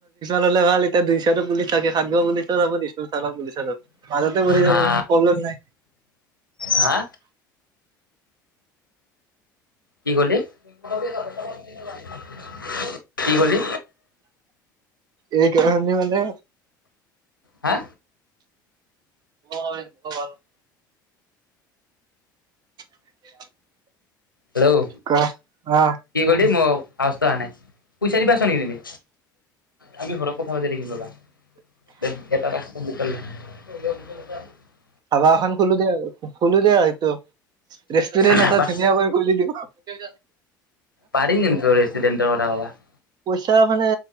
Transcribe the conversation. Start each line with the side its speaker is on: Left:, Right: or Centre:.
Right: ল'লে ভাল এতিয়া দুইশ টো পুলি <unintelligible> তাকে খাতব বুলি ৰ' দিছো, চাল বুলি চ মাজতে মৰি যাব
Left: হা
Right: প্ৰব্লেম নাই ।
Left: হা কি কলি? <unintelligible> কি ক'লি?
Right: এই কি মানে,
Left: হা?
Right: অ ভাল <unintelligible> <inaudible>
Left: হেল্ল',
Right: কা অ
Left: কি কলি? মই, আৱাজটো অহা নাই । পইচা দিব আছা নেকি তুমি? আমি ঘৰত কথা পাতি ৰাখিম ৰবা । <unintelligible> এটাৰাখ । <unintelligible> <inaudible>
Right: ধাবা এখন খোলোদে আৰু খুলো দিয়া এইটো । ৰেষ্টুৰেণ্ট
Left: হেল্ল'
Right: এটা ধুনীয়া কৈ খুলি দিব । <inaudible>
Left: পাৰি কিন্তু ৰেষ্টোৰেন্ত্ৰৰ কথা কবা । <unintelligible>
Right: পইচা মানে